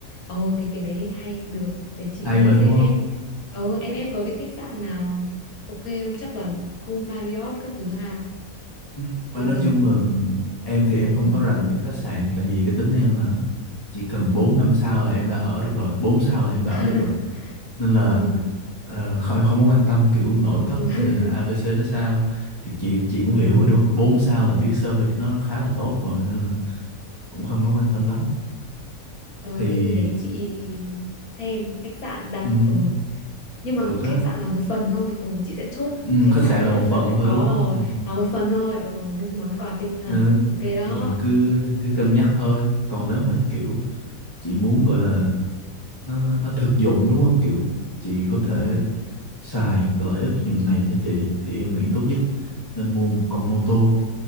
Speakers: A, on the left; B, on the left.
A: ồ cái cái đấy hay được để chị
B: hay
A: nghĩ
B: mà đúng
A: xem
B: không
A: em ồ em em có cái khách sạn nào ok không chắc là khu Marriott các thứ ha
B: Ừ. Và
A: thì
B: nói
A: ở
B: chung là ừm, em thì em
A: ừ
B: không có rành mấy cái khách sạn tại vì cái tính em là chỉ cần 4 năm sao là em đã ở được rồi, 4 sao là em đã
A: <laughs>
B: ở được rồi. Nên là
A: ừ,
B: ờ, không, em không có quan tâm kiểu nội
A: <laughs>
B: thất hay là ABC nó sao thì chị chị cũng
A: ừ.
B: hiểu mà đúng không? 4 sao là biết service nó khá là tốt rồi nên là cũng không có quan tâm lắm.
A: Ờ,
B: Thì
A: thế thì để chị xem khách sạn đặt
B: ừm,
A: ừ. Nhưng
B: được
A: mà khách
B: á.
A: sạn là một phần thôi ừ, chị sẽ chốt
B: Ừm,
A: khách
B: khách
A: sạn
B: sạn
A: nhá
B: là một phần
A: là sẽ
B: thôi
A: có
B: đúng
A: rồi
B: không? Ừm.
A: là một phần thôi ừ, món món quà tinh thần
B: Ừ.
A: ok đó
B: Thì mình cứ cứ cân nhắc thôi. Còn nếu mà kiểu chị muốn gọi là nó nó thực dụng đúng không kiểu chị có
A: Ừm,
B: thể xài cái lợi ích hàng ngày cho chị thì em nghĩ tốt nhất nên mua một con mô tô